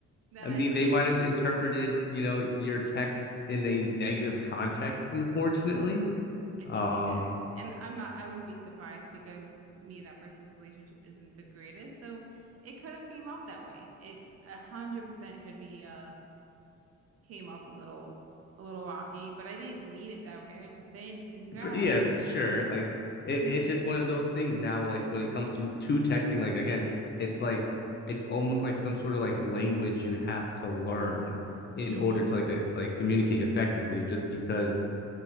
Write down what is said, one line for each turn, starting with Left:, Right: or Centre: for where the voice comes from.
Right: that
Left: I mean,
Right: I
Left: they
Right: uh,
Left: might have interpreted, you know, your texts in a negative context, unfortunately.
Right: I
Left: Um
Right: think they did. And I'm not, I wouldn't be surprised because me and that person's relationship isn't the greatest. So it could have came off that way. It a hundred percent could be uh came off a little a little rocky, but I didn't mean it that way. I was just saying congrats.
Left: for, yeah, for sure. Like it,
Right: <laughs>
Left: it's just one of those things now. Like when it comes to to texting, like again, it's like it's almost like some sort of like language you have to learn in
Right: Mm-hmm.
Left: order to like uh, like communicate effectively. Just because